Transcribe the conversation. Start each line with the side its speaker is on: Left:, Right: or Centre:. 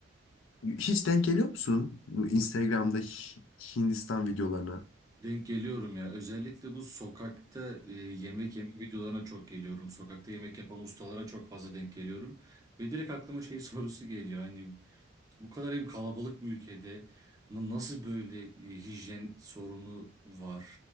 Left: hiç denk geliyor musun bu Instagram'da Hi- Hindistan videolarına?
Right: Denk geliyorum ya. Özellikle bu sokakta e, yemek yeme videolarına çok geliyorum. Sokakta yemek yapan ustalara çok fazla denk geliyorum. Ve direkt aklıma şey <laughs> sorusu geliyor. Hani bu kadar hem kalabalık bir ülkede na- nasıl böyle e, hijyen sorunu var?